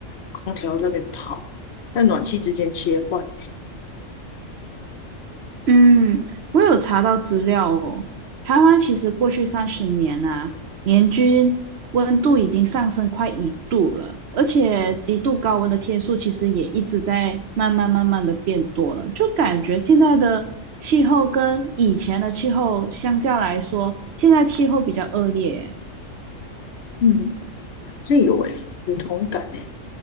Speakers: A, on the left (about 60°); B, on the right (about 60°).
A: 空调那边跑，在暖气之间切换。
B: 嗯，我有查到资料哦。台湾其实过去三十年啊，年均温度已经上升快一度了，而且极度高温的天数其实也一直在慢慢慢慢的变多了。就感觉现在的气候跟以前的气候相较来说，现在气候比较恶劣。
A: 嗯，这有诶，有同感诶。